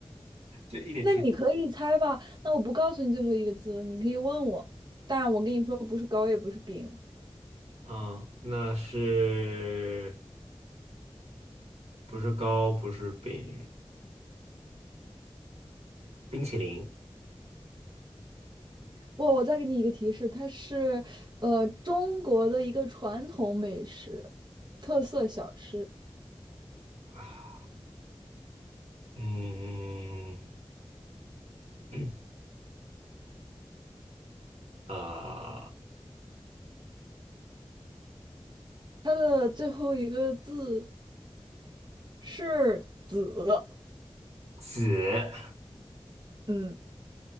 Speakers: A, on the right; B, on the right.
A: 就一点提示。
B: 那你可以猜吧？那我不告诉你最后一个字，你可以问我，但我跟你说不是糕也不是饼。
A: 嗯，那是不是糕？不是饼，冰淇淋
B: 不，我再给你一个提示，它是呃中国的一个传统美食，特色小吃。
A: 啊。嗯嗯，呃，
B: 它的最后一个字是“子”，
A: 紫，
B: 嗯，